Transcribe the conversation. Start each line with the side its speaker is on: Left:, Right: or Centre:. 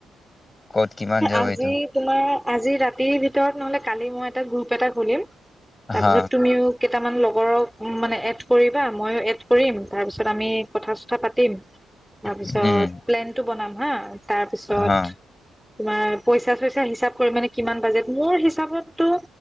Left: ক'ত কিমান যাব
Centre: আজি
Left: এইটো
Centre: তোমাৰ আজি ৰাতিৰ ভিত ভিতৰত নহ'লে কালি মই এটা গ্ৰুপ এটা খুলিম। তাৰপিছত
Left: হা
Centre: তুমিও কেইটামান লগৰক মানে এড কৰিবা, ময়ো এড কৰিম, তাৰপিছত আমি কথা চথা পাতিম। তাৰপিছত
Left: উম
Centre: প্লেনতটো বনাম হা? তাৰপিছত
Left: হা
Centre: তোমাৰ পইচা চইচা হিচাপ কৰি মানে কিমান বাজেট, মোৰ হিচাপতটো